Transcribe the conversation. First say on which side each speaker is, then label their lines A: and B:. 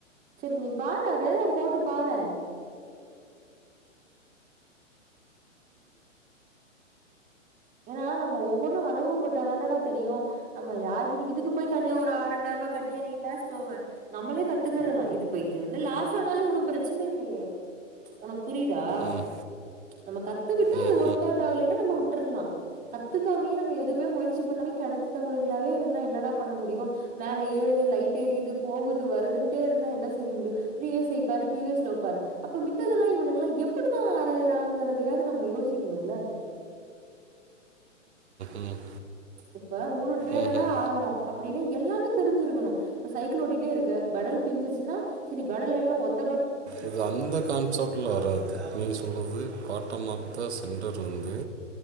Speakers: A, on the right; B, on the right.
A: சரி நீ பாரு அதெல்லா போட்டு பாறே ஏன்னா நம்ம ஒவ்வொன்னு அனுபவப்பட்டாதானடா தெரியு நம்ம யார்கிட்ட இதுக்கு போய் தனியா ஒரு ஆற ரெண்டாயிர ரூபாய் கட்டியா நீ கிளாஸ் போவே நம்மளே கத்துக்கறதா இது போ் இது வந்து லாஸ் ஆனாலு ஒண்ணு பிரச்சன இல்லையே உனக்கு புரியுதா
B: ம்,
A: நம்ம கத்துக்கிட்டு
B: ம்,
A: அது ஒர்க்வுட் ஆகலைன்னா நம்ம விட்டுரலா கத்துக்காமையே நம்ம எதுவுமே முயற்சி பண்ணாமே கெணத்து தவளைகளாவே இருந்தா என்னடா பண்ண முடியு மேல ஏறுது லைட் எரியுது போகுது வருதுன்டே இருந்தா என்ன செய்ய முடியு பிரிவியஸ் ஹைப்பாரு பிரிவியஸ் லோப்பாரு அப்ப மித்தெல்லா இவனுங்கல்லா எப்படிதா ஆராயறாங்கிறதையாவது நம்ம யோசிக்கணுல
B: ம்,
A: இப்ப மூணு ட்ரேடரா
B: ம், ம்.
A: ஆகறோ அப்டீனா எல்லாமே தெரிஞ்சிருக்கணு இப்ப சைக்கிள் ஓட்டிட்டேருக்க பெடல் பிஞ்சிருச்சின்னா செரி பெடல் வேனா ஒத்
B: இது அந்த கான்சப்ட்ல வராது நீ சொல்றது காட்டம்மா தா சென்ரர் வந்து